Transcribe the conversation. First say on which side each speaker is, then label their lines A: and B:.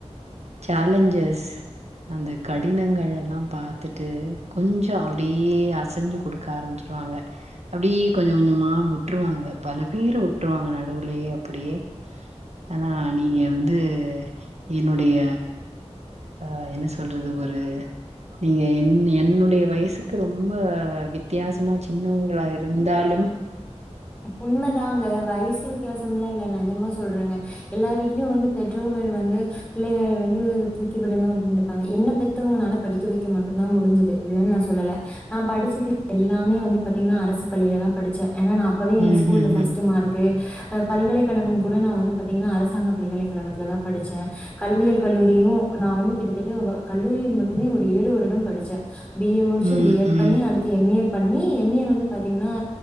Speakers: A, on the right; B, on the left.
A: சேலஞ்சஸ் அந்த கடினங்கள் எல்லா பாத்துட்டு கொஞ்ச அப்டியே அசைஞ்சு கொடுக்க ஆரம்பிச்சிருவாங்க அப்டியே கொஞ்ச கொஞ்சமா உட்டுருவாங்க பல பேரு உட்டுருவாங்க நடுவுலேயே அப்படியே ஆனா நீங்க வந்து என்னுடைய ஆ என்ன சொல்றது ஒரு நீங்க என் என்னுடைய வயசுக்கு ரொம்ப வித் வித்தியாசமா சின்னவங்களா இருந்தாலும்
B: உண்ம தாங்க வயசு வித் வித்தியாசமெல்லாம் இல்ல நெஜமா சொல்றாங்க எல்லா வீட்லயும் வந்து பெற்றோர்கள் வந்து பிள்ளைகள் வந்து தூக்கி விடணும் அப்டி நெனைப்பாங்க என்ன பெத்தவங்கனால படிக்க வைக்க மட்டும்தான் முடிஞ்சது இல்லைன்னு நான் சொல்லல நான் படிச்சது எல்லாம் <unintelligible> வந்து பாத்தீங்கன்னா அரசு பள்ளியில தான் படிச்சே ஏன்னா நா அப்பவே எங்க
A: ம்ஹ்ஹ்ம்.
B: ஸ்கூல்ல ஃபர்ஸ்ட் மார்க்கு பல்கலைக்கழகம் கூட நா வந்து பாத்தீங்கன்னா அரசாங்க பல்கலைக்கழகத்தில தா படிச்சே கல்வியியல் கல்லூரியு நா வந்து கிட்டத்தட்ட கல்லூரி மட்டுமே ஒரு ஏழு வருடம் படிச்சே பிஏ முடிச்சு
A: ம்,
B: பிஎட்
A: ம்.
B: பண்ணி அடுத்து எம்ஏ பண்ணி எம் ஏ வந்து பாத்தீங்கன்னா